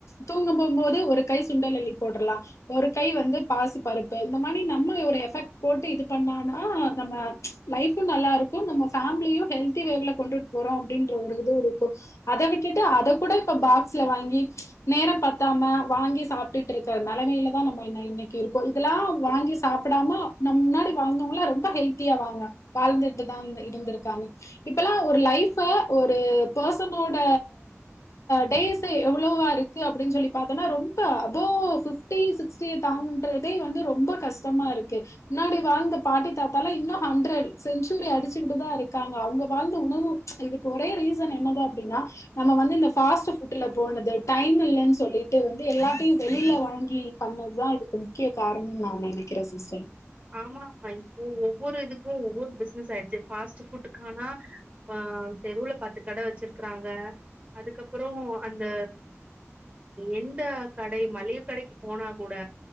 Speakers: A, on the left (about 75°); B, on the right (about 30°).
A: தூங்க போம்போது ஒரு கை சுண்டலல்லி போடலா ஒரு கை வந்து பாசி பருப்பு இந்த மாரி நம்ம ஒரு எஃபெக்ட் போட்டு இது பண்ணான னா நம்ம லைஃபு நல்லா இருக்கு நம்ம ஃபேமிலியு ஹெல்திவேல கொண்டுட்டு போறோ அப்டின்ற ஒரு இது இருக்கு அத விட்டுட்டு அத கூட இப்ப பாக்ஸ்ல வாங்கி நேரம் பத்தாம வாங்கி சாப்டுட்டு இருக்கற நெலைமையில தா நம்ம இன்னைக்கு இருக்கோ இதெல்லா வாங்கி சாப்படாம நம் முன்னாடி வாழ்ந்த அவுங்களா ரொம்ப ஹெல்தியாதாங்க வாழ்ந்துட்டுதா இ இருந்திருக்காங்க இப்பல்லா ஒரு லைஃப் ஒரு பெர்ஸனோட டேஸ் எவ்ளோவா இருக்கு அப்டின்னு சொல்லி பாத்தோன்னா ரொம்ப அபௌ ஃபிப்டி சிக்ஸ்டிய தாண்டறதே ரொம்ப கஷ்டமா இருக்கு முன்னாடி வாழ்ந்த பாட்டி தாத்தாலா இன்னு ஹண்ட்ரட் செஞ்சுரி அடிச்சுகிட்டுதா இருக்காங்க அவுங்க வாழ்ந்த உணவு இதுக்கு ஒரே ரீசன் என்னது அப்டினா நம்ம வந்து இந்த ஃபாஸ்ட் ஃபுட்ல போனது டைம் இல்லன்னு சொல்லிட்டு வந்து எல்லாத்தையு வெளில வாங்கி பண்ணதுதா இதுக்கு முக்கிய காரணனு நா நெனைக்கறே சிஸ்டர்
B: ஆமா <unintelligible> இப்போ ஒவ்வொரு இதுக்கு ஒவ்வொரு பிசினஸ் ஆயிடுச்சு ஃபாஸ்ட் ஃபுட் கானா ஆ தெருவுல பத்து கடை வச்சிருக்றாங்க அதுக்கப்புற அந்த எந்த கடை மளிகை கடைக்கு போனா கூட